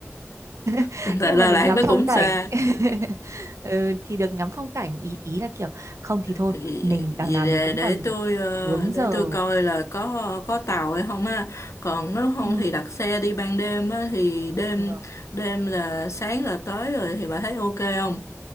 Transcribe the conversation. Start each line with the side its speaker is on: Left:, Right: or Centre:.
Left: <laughs>
Right: <laughs>
Left: tại
Right: Nhưng
Left: Đà
Right: mà đừng
Left: Lạt
Right: ngắm
Left: nó cũng
Right: phong cảnh.
Left: xa
Right: <laughs> ừ, thì được ngắm phong cảnh ý ý là kiểu không thì thôi,
Left: vì,
Right: mình
Left: vì
Right: đằng nào
Left: để,
Right: mình cũng
Left: để
Right: còn
Left: tôi ờ,
Right: vướng giờ.
Left: để tôi coi là có có tàu hay không á còn nếu không
Right: Ừ.
Left: thì đặt xe đi ban đêm á thì đêm
Right: Được.
Left: đêm là sáng là tới rồi thì bà thấy ok không